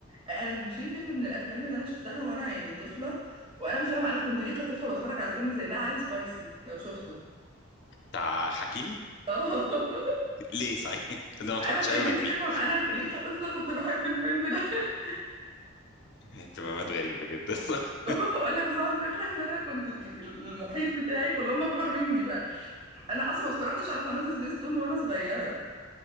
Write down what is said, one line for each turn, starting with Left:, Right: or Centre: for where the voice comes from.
Right: انا في فيلم من الافلام اللي انا شفتها وانا يعني طفلة وانا مش فاهمة انا كنت ليه كطفلة بتفرج على فيلم زي ده علي سبايسي لو شفته
Left: بتاع حكيم
Right: اه <laughs>
Left: ليه صحيح <laughs> انا ما اتفرجتش
Right: انا كان
Left: عليه وانا كبير
Right: نفسي افهم انا ليه كطفله كنت بحب الفيلم ده <laughs>
Left: اهتمامات غريبه جدا <laughs>
Right: بقول لك بس هو الفكره ان انا كنت يعني المحيط بتاعي كلهم اكبر مني فانا اصلا ما اتفرجتش على قناه سبيس تون وانا صغيره